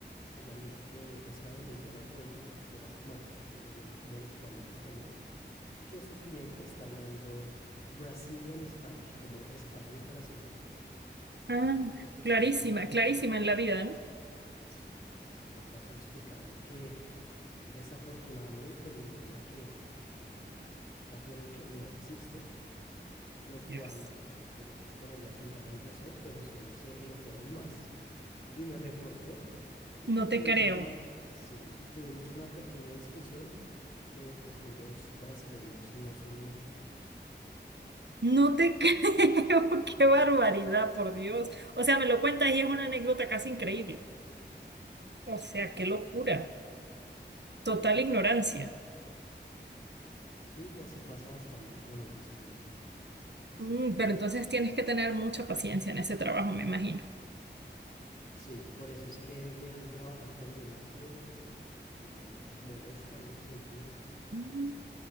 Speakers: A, on the left; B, on the right.
A: Ella me dice que ella sabe de muy buena fuente, por as- bueno, ese sería el- como el equivalente a español, que su cliente está hablando Brazilian Spanish, como español brasileño.
B: Ah,
A: Entonces
B: clarísima,
A: yo paso a explicarle,
B: clarísima en la vida, ¿no?
A: sí, entonces yo paso a explicarle que desafortunadamente el idioma que ella da por hecho no existe, lo cual
B: Yes.
A: uno esperaría que entrara en razón, pero solo se enojó aún más y me reportó y
B: No
A: tuvimos
B: te creo.
A: una, sí, y tuvimos una pequeña discusión de por qué los brasileños no son mexicanos.
B: No te <laughs> creo. Qué barbaridad, por Dios. O sea, me lo cuentas y es una anécdota casi increíble. O sea, qué locura. Total
A: Sí,
B: ignorancia.
A: sí, y así pasa bastante con esos clientes.
B: Mm, pero entonces tienes que tener mucha paciencia en ese trabajo, me imagino.
A: Sí, por eso es que dejan trabajar cuando uno quiera, nadie molesta en ese sentido.
B: Mm.